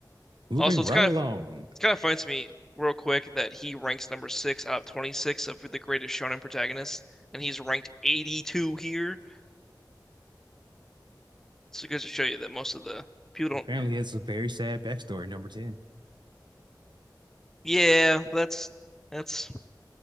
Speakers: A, on the right; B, in the centre.
A: Moving
B: Also, it's
A: right
B: kind
A: along.
B: of it's kind of funny to me, real quick, that he ranks number six out of 26 of the greatest shonen protagonists, and he's ranked 82 here. So it goes to show you that most of the people
A: Apparently,
B: don't.
A: it's a very sad backstory, number 10.
B: Yeah, that's that's.